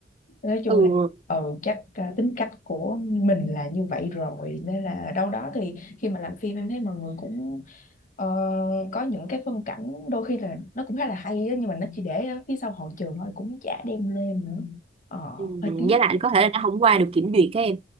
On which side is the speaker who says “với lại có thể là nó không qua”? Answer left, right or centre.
Right